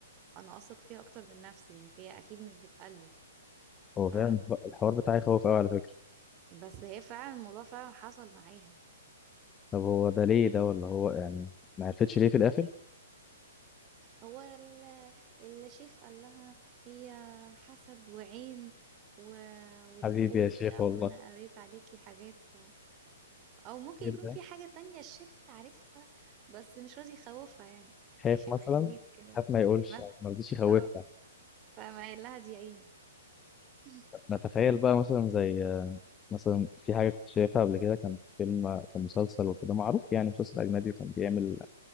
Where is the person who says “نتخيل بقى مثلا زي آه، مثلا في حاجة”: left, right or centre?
Left